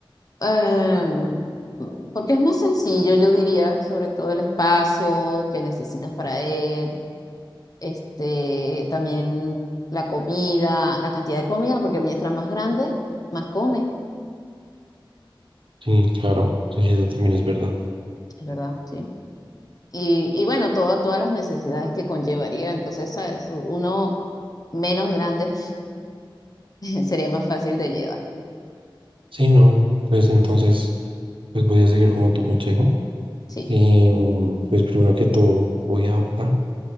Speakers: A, on the left; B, on the right.
A: eh, porque es más sencillo, yo diría, sobre todo el espacio que necesitas para él, este, también la comida, la cantidad de comida, porque mientras más grande, más come,
B: Sí, claro, sí, eso también es verdad.
A: es verdad, sí. Y, y bueno, toda- todas las necesidades que conllevaría. Entonces, ¿sabes? Uno menos grande <laughs> sería más fácil de llevar.
B: Sí, no, pues entonces, pues voy a seguir como tu consejo.
A: Sí.
B: Y mm, pues primero que todo, voy a adoptar.